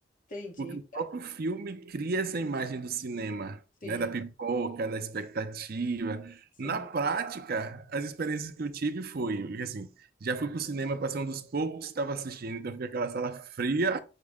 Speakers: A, on the left; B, on the right.
A: entendi.
B: Porque o próprio
A: É,
B: filme cria essa imagem do cinema,
A: Sim,
B: né? Da pipoca, da expectativa.
A: sim.
B: Na prática, as experiências que eu tive foi, porque, assim, já fui pro cinema para ser um dos poucos que estava assistindo, então fica aquela sala fria